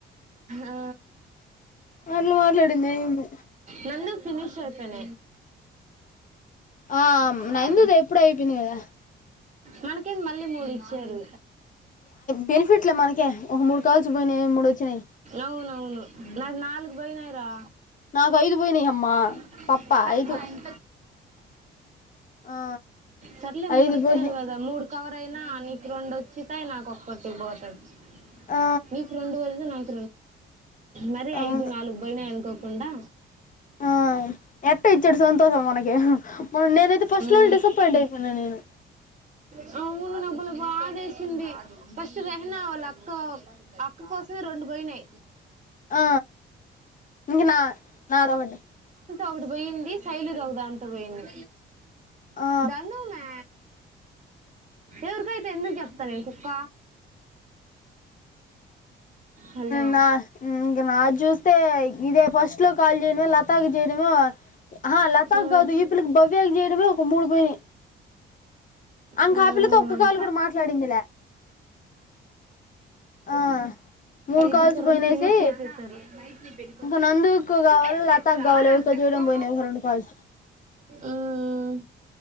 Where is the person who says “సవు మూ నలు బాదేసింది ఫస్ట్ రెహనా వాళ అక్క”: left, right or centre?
Right